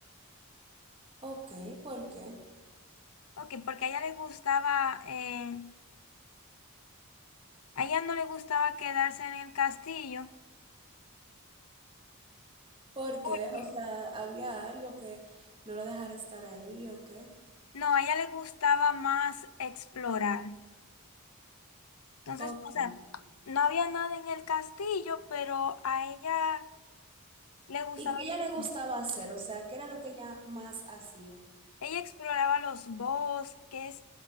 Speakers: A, on the right; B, on the left.
A: ok, ¿por qué?
B: Ok, porque a ella le gustaba, eh, a ella no le gustaba quedarse en el castillo
A: ¿Por qué?
B: Oye,
A: o sea, había algo que no lo dejara estar ahí, ok,
B: No, a ella le gustaba más explorar. Entonces,
A: ok.
B: o sea, no había nada en el castillo, pero a ella le gustaba.
A: Y qué a
B: explorar.
A: ella le gustaba hacer, o sea, ¿qué era lo que ella más hacía?
B: Ella exploraba los bosques